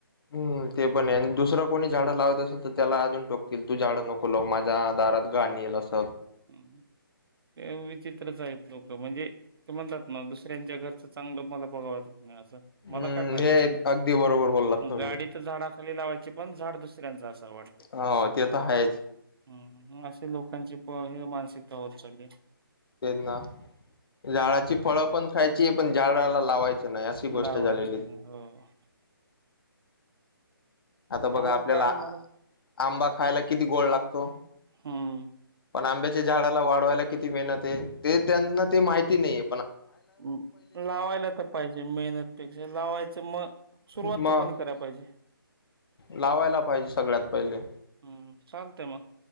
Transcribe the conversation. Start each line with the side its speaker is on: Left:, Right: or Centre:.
Left: हम, ते पण आणि दुसर कोणी झाड लावत असतील तर त्याला अजून टोकतील तू झाड नको लावु माझ्या दारात गाण इल अस.
Right: अम्म्म, ते विचित्रच आइत. लोक म्हणजे ते म्हणतात ना दुसऱ्यांच्या घरच चांगल मला बघाव नाही अस, मला
Left: हम्म
Right: काय फायदा
Left: हे
Right: ये तो
Left: अगदी बरोबर बोललात तुम्ही
Right: गाडी तर झाडाखाली लावायची पण झाड दुसऱ्यांचा अस वाटत.
Left: हो ते तर आहेच
Right: हम्म असे लोकांची प हे मानसिकता होत चालीय.
Left: ते ना, झाळाची फळं पण खायची पण झाडाला लावायची नाही अशी गोष्ट
Right: लावायचं
Left: झालेली.
Right: नाही हो.
Left: आता
Right: त्यामुळे
Left: बघा आपल्याला
Right: काय होणार
Left: आ आंबा खायला किती गोळ लागतो.
Right: हम्
Left: पण आंब्याच्या झाडाला वाढवायला किती मेहनत हे, ते त्यांना ते माहिती नहीये.
Right: म् लावायला त पाहिजे मेहनत पेक्षा, लावायचं म सुरुवात
Left: मग
Right: त कोणी करा पाहिजे.
Left: लावायला पाहिजे सगळ्यात पहिले.
Right: हम्म चालतंय मग